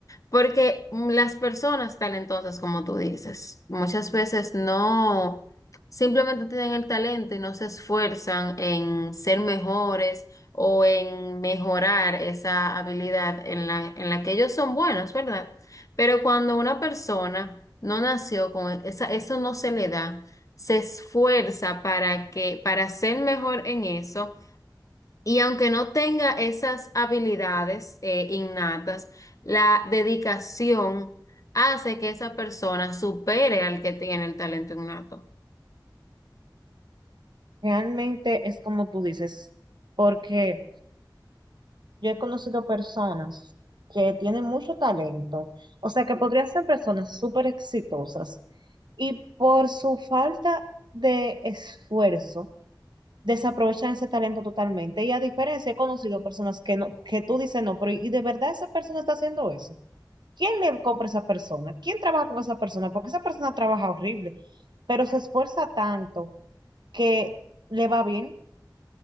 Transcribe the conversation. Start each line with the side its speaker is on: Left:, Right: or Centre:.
Left: Porque mm, las personas talentosas, como tú dices, muchas veces no, simplemente tienen el talento y no se esfuerzan en ser mejores o en mejorar esa habilidad en la, en la que ellos son buenos, ¿verdad? Pero cuando una persona no nació con esa, eso no se le da se esfuerza para que, para ser mejor en eso, y aunque no tenga esas habilidades eh, innatas, la dedicación hace que esa persona supere al que tiene el talento innato.
Right: Realmente es como tú dices, porque... Yo he conocido personas que tienen mucho talento, o sea, que podrían ser personas súper exitosas y por su falta de esfuerzo desaprovechan ese talento totalmente. Y a diferencia, he conocido personas que no, que tú dices no, pero ¿y de verdad esa persona está haciendo eso? ¿Quién le compra a esa persona? ¿Quién trabaja con esa persona? Porque esa persona trabaja horrible, pero se esfuerza tanto que le va bien.